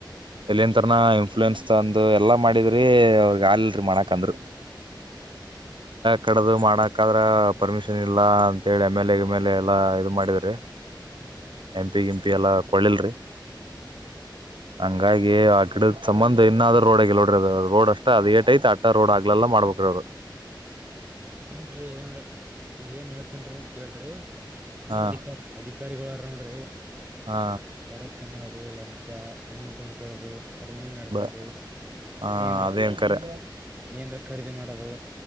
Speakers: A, on the right; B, on the right.
A: ಎಲ್ಲಿನ್ ತರನ ಇನ್ಫ್ಲೂಯೆನ್ಸ್ ತಂದು ಎಲ್ಲಾ ಮಾಡಿದ್ರಿ ಅವ್ರಗ್ ಆಲ್ಲ್ರಿ ಮಾಡಕಂದ್ರು.
B: ಹ್ಮ್, ಹ್ಮ್. <inaudible>
A: ಕಡದು ಮಾಡಕ ಆದ್ರ ಪರ್ಮಿಷನ್ ಇಲ್ಲಾ ಅಂತ ಹೇಳಿ,. ಎಮ್, ಎಲ್, ಎಂ ಗಿ ಎಮ್, ಎಲ್, ಎ ಎಲ್ಲಾ ಇದು ಮಾಡಿದ್ರಿ., -
B: ಹ್ಮ್. <inaudible>
A: ಎಂಪಿ ಗಿಂಪಿ ಎಲ್ಲ ಕೊಳ್ಳಿಲ್ರಿ., -
B: ಹ್ಮ್. <inaudible>
A: ಹಂಗಾಗಿ ಆ ಗಿಡದ ಸಂಬಂದ ಇನ್ನಾದ್ರು ರೋಡ್ ಆಗಿಲ್ಲಾ ನೋಡ್ರಿ ಅದು. ರೋಡ್ ಅಷ್ಟೇ ಅದು ಏಟ್ ಐತೋ ಆಟ್ಟೇ ರೋಡ್ ಹಗ್ಲೆಲ್ಲ ಮಾಡ್ಬಬೇಕ್ರೀ ಅವರು.
B: ಏನ್ ರೀ ಏನ್ ಈಗ ಏನ್ ಹೇಳ್ತೇನ್ರಿನ್ ಕೇಳ್ರಿ., -
A: ಹಾ
B: ಈಅಧಿಕಾರಿ, ಅದಿಕಾರಿ ಅಧಿಕಾರಿಗಳು ಅವ್ರರು ನೋಡ್ರಿ., -
A: ಹಾ
B: ಬರೀ ತಿನ್ನೋದು. ಅದು' ಲಂಚ 'ಮನಿ ತುಂಬಕೊಳ್ಳೋದು. ಹೊರಮನಿ ನಡೆಸೋದು
A: ಬ ಹಾ
B: ಏನ್ರೀ,
A: ಅದೇನ್ ಕರೆ
B: ಏನ್ರಕ. ಖರೀದಿ ಮಾಡೋದು.